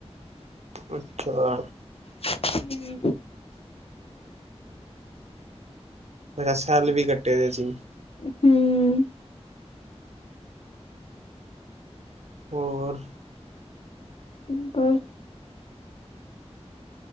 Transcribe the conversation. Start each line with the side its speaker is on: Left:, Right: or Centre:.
Right: ਅੱਛਾ
Left: ਹਮ
Right: ਅੱਛਾ <unintelligible> ਸੈੱਲ ਵੀ ਘੱਟੇ ਦੇ ਸੀ
Left: ਹਮ
Right: ਹੋਰ
Left: ਮ ਬਸ